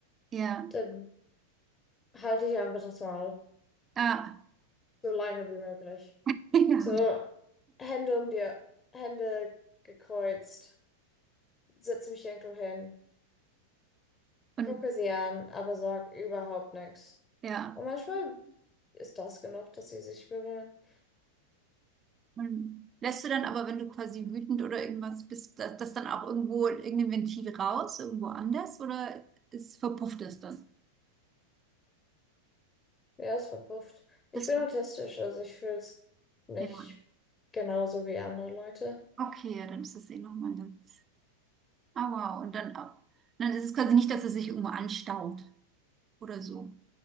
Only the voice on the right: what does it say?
Ja.
Ah.
<laughs> Ja.
Und
ja,
und lässt du dann aber, wenn du quasi wütend oder irgendwas bist, das, das dann auch irgendwo irgendein Ventil raus, irgendwo anders oder ist, verpufft es dann?
Das,
ja,
okay, ja, dann ist das eh nochmal ganz. Ah, wow, und dann auch. Dann ist es quasi nicht, dass es sich irgendwo anstaut oder so.